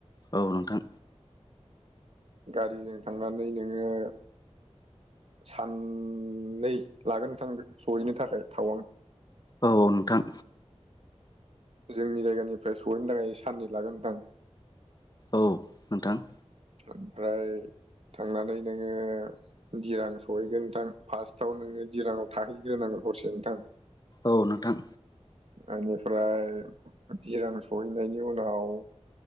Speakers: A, on the left; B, on the right.
A: औ नोंथां।
B: गारिजों थांनानै नोङो साननै लागोन नोंथां सहैनो थाखाय थावां।
A: औ औ नोंथां।
B: जोंनि जायगानिफ्राय सहैनो थाखाय साननै लागोन नोंथां।
A: औ नोंथां।
B: ओमफ्राय थांनानै नोङो दिरां सहैगोन नोंथां फार्स्टावनो नोङो दिराङाव थाहैग्रोनांगो हरसे नोंथां।
A: औ नोंथां।
B: ओनिफ्राय दिरां सहैनायनि उनाव